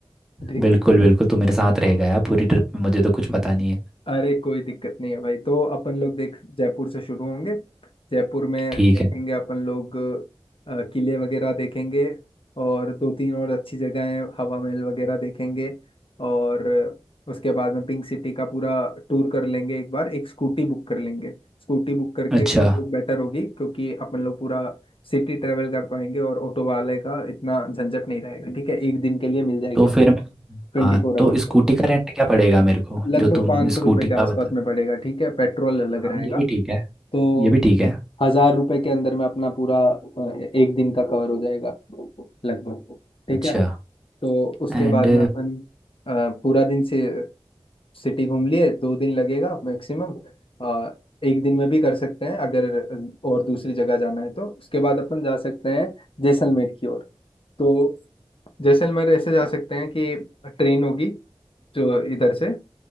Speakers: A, on the left; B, in the centre.
A: ठीक
B: बिल्कुल बिल्कुल तू मेरे साथ रहेगा यार पूरी ट्रिप में मुझे तो कुछ पता नहीं है
A: अरे कोई दिक्कत नहीं है भाई तो अपन लोग देख जयपुर से शुरू होंगे जयपुर में
B: ठीक
A: देखेंगे
B: है
A: अपन लोग अ, किले वगैरह देखेंगे और दो तीन और अच्छी जगह हैं हवा महल वगैरह देखेंगे और उसके बाद में पिंक सिटी का पूरा टूर कर लेंगे एक बार एक स्कूटी बुक कर लेंगे स्कूटी बुक करके
B: अच्छा
A: वो बेटर होगी क्योंकि अपन लोग पूरा सिटी ट्रेवल कर पाएंगे और ऑटो वाले का इतना झंझट नहीं रहेगा ठीक है एक दिन के लिए मिल जाएगी
B: तो
A: अपने
B: फिर
A: को,
B: मैं
A: ट्वेंटी
B: हाँ
A: फोर
B: तो
A: आवर्स
B: स्कूटी
A: के लिए
B: का रेंट क्या पड़ेगा मेरे को
A: लगभग
B: जो तुम
A: पाँच सौ
B: स्कूटी
A: रुपये के
B: का
A: आसपास
B: बता
A: में पड़ेगा ठीक है पेट्रोल अलग
B: हाँ
A: रहेगा
B: ये भी ठीक है
A: तो
B: ये भी ठीक है
A: हजार रुपये के अंदर में अपना पूरा अ, एक दिन का कवर हो जाएगा लगभग ठीक
B: अच्छा
A: है तो उसके
B: एंड
A: बाद में अपन अ, पूरा दिन से सिटी घूम लिए दो दिन लगेगा मैक्सिमम अ, एक दिन में भी कर सकते हैं अगर और दूसरी जगह जाना है तो उसके बाद अपन जा सकते हैं जैसलमेर की ओर तो जैसलमेर ऐसे जा सकते हैं कि ट्रेन होगी जो इधर से